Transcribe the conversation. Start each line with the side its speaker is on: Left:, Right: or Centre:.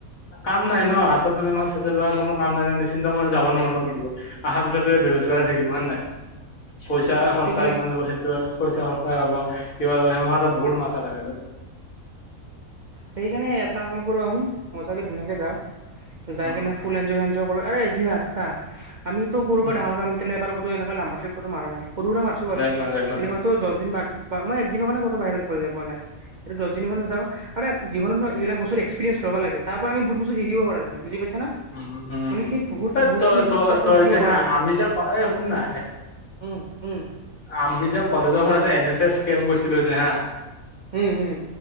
Left: কাম নাই ন হাতত মানে ছেটেল হোৱা কোনো কাম নাই ন নিশ্চিন্ত মানে যাব নোওৰো ন ঘূৰিব। আহাৰ পিছতটো বেৰোজগাৰ থাকিম। হয় নে নাই। পইচা
Right: সেইটো
Left: খৰচা
Right: কাৰণে
Left: কিমান দব সেইটোৱে পইচা খৰচা হব কিবা সেইমাহৰ এটা বহুত মাথা থাকে বে।
Right: সেইকাৰণে এটা কাম কৰো আমি মজাকে ধুনীয়াকে যাওঁ। যাই
Left: উম
Right: কিনে ফুল এনজয় এনজয় কৰো। <unintelligible> চা আমিটো কৰো
Left: উম
Right: বা ডাঙৰ আমি এবাৰ কতো ত এনেকে লম্বা ট্ৰিপত কতো মৰা নাই। সৰু সুৰা মাৰছো বাৰু।
Left: যাই পোৱা নাই যাই পোৱা
Right: এনেকতো
Left: নাই।
Right: দছ দিন বা মই এক দিন কাৰণে কতো বাহিৰত ঘ পোৱা নাই। এতিয়া দছ দিনৰ কাৰণে যাওঁ। আৰে জীৱনত এই বিলাক বস্তু এক্সপিৰিয়েঞ্চ ল'ব লাগে। তাৰ পৰা আমি বহুত বস্তু শিকিব পৰা যায়, বুজি পাইছানে?
Left: উম উম
Right: বহুত
Left: এই
Right: বহুতখিনি
Left: তই
Right: বস্তু
Left: তই
Right: তাৰ পৰা
Left: তই
Right: শিকিব
Left: যে
Right: পৰা যায়।
Left: <unintelligible> এই শুন না।
Right: উম উম
Left: আমি যে কলেজৰ <unintelligible> কেম গৈছিলোঁ যে হা,
Right: উম হুম